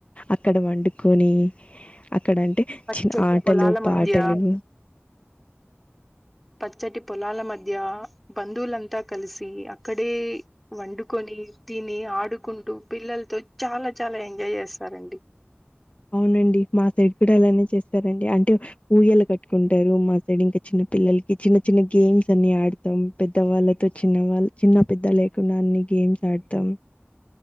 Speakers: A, on the left; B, in the centre.
A: అక్కడ వండుకొని ఇక్కడ అంటే
B: పచ్చటి
A: చిన్న ఆటలు
B: పొలాల మధ్య
A: పాటలు
B: పచ్చటి పొలాల మధ్య బంధువులంతా కలిసి అక్కడే వండుకొని తిని ఆడుకుంటూ పిల్లలతో చాలా చాలా ఎంజాయ్ చేస్తారండి
A: అవునండి మా సైడ్ కూడా అలానే చేస్తారండి అంటే ఊయలా కట్టుకుంటారు మా సైడ్ ఇంకా చిన్న పిల్లలకి ఈ చిన్న చిన్న గేమ్స్ న్ని ఆడతాం పెద్దవాళ్ళతో చిన్న వాళ్ళ చిన్న పెద్ద లేకుడాన్ని గేమ్స్ ఆడతాం